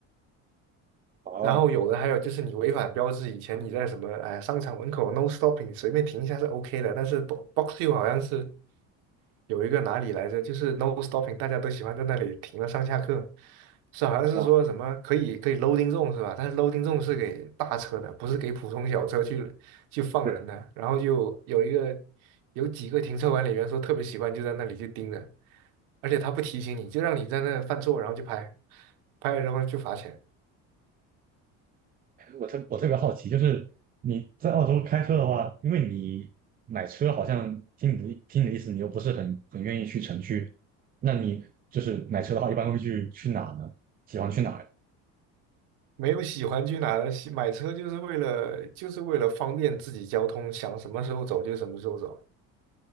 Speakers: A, on the right; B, on the right.
A: 哦
B: 然后有的还有就是你违反标志，以前你在什么哎商场门口 no stopping 随便停一下是 OK 的，但是 bo- box two 好像是有一个哪里来着，就是 no stopping，大家都喜欢在那里停了上下课，是好像是说什么可以可以
A: 啊，
B: loading zone 是吧？但是 loading zone 是给大车的，不是给普通小车去去放人的。
A: 对，
B: 然后就有一个有几个停车管理员说特别喜欢就在那里去盯着，而且他不提醒你，就让你在那犯错，然后就拍，拍了之后就罚钱。
A: 我特我特别好奇，就是你在澳洲开车的话，因为你买车好像听你的听你的意思，你又不是很很愿意去城区，那你就是买车的话，一般会去去哪呢？喜欢去哪儿？
B: 没有喜欢去哪的，喜买车就是为了就是为了方便自己交通，想什么时候走就什么时候走。